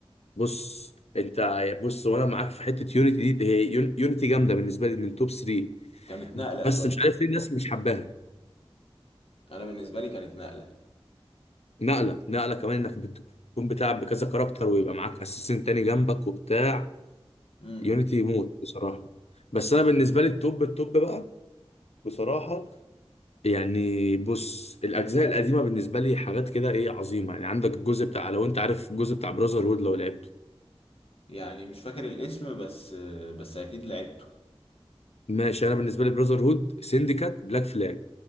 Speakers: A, on the left (about 85°); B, on the left (about 65°).
A: بص انت بص وانا معاك في حته يونيتي دي هي يونيتي جامده بالنسبه لي من توب 3
B: كانت نقله
A: بس
B: شويه
A: مش عارف ليه الناس مش حباها
B: انا بالنسبه لي كانت نقله
A: نقله نقله كمان انك بتكون بتلعب بكذا كاركتر ويبقى معاك اساسن تاني جنبك وبتاع
B: امم
A: يونيتي يموت بصراحه بس انا بالنسبه لي التوب التوب بقى بصراحه يعني بص الاجزاء القديمه بالنسبه لي حاجات كده ايه عظيمه يعني عندك الجزء بتاع لو انت عارف الجزء بتاع براذر هود لو لعبته
B: يعني مش فاكر الاسم بس بس اكيد لعبته
A: ماشي انا بالنسبه لي براذر هود سينديكات بلاك فلاج